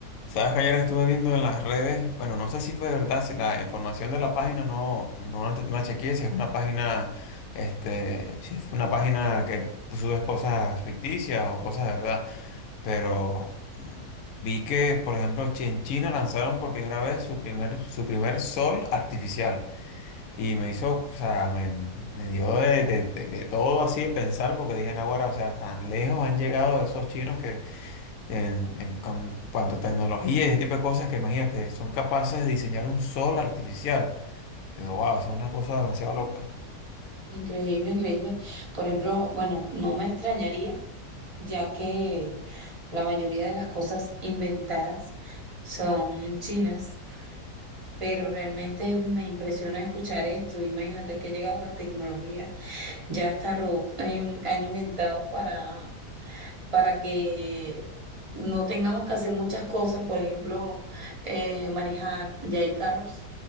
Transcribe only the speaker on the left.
Sabes que ayer estuve viendo en las redes, bueno, no sé si fue verdad, si la información de la página no, no, la- no la chequeé, si es una página, este, si es una página que sube cosas ficticias o cosas de verdad, pero mm, vi que, por ejemplo, chi- en China lanzaron por primera vez su primer, su primer sol artificial y me hizo, o sea, me, me dio de, de- de- de todo así de pensar porque dije, ahora, o sea, tan lejos han llegado esos chinos en, en cuan- cuanto a tecnología y ese tipo de cosas que imagínate, son capaces de diseñar un sol artificial. wow, es una cosa demasiado loca.